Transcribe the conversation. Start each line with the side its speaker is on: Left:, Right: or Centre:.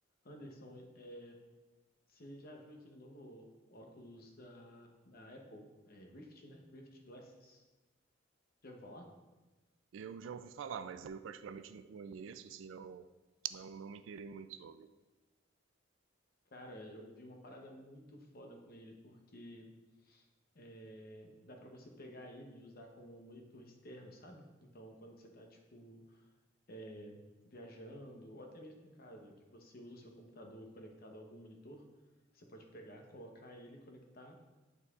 Left: Anderson, é, você já viu aquele novo óculos da, da Apple, é, Rift, né? Rift Glasses. Já ouviu falar?
Right: Eu já ouvi falar, mas eu particularmente não conheço, assim, não, não, não me inteirei muito sobre.
Left: Cara, eu vi uma parada muito foda com ele, porque é, dá pra você pegar ele e usar como monitor externo, sabe? Então, quando você tá, tipo, é, viajando, ou até mesmo em casa, que você usa o seu computador conectado a algum monitor, você pode pegar, colocar ele, conectar